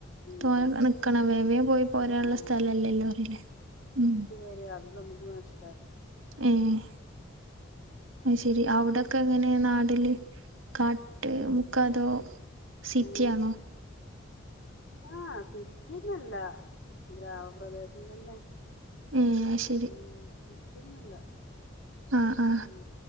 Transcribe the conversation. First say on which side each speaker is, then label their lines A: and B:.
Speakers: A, on the left (about 65°); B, on the right (about 80°).
A: ഉം
B: തോനെ നിക്കണ വേം വേം പോയി പോരാനുള്ള
A: ആഹ്
B: സ്ഥലല്ലേയില്ലു അറില്ലേ ഉ
A: ശെരിയ അത് നമുക്ക് നഷ്ട
B: ഏയ്‌ അത് ശെരി അവിടൊക്കെ എങ്ങനെ നാടല് കാട്ട് മുക്കാതോ സിറ്റി
A: ഏഹ്
B: ആണോ
A: ആഹ് സിറ്റിന്നല്ല ഗ്രാമപ്രദേശംതന്നെ
B: ആഹ്
A: ഉം കിട്ടുന്നില്ല
B: ആ ആ
A: ഉം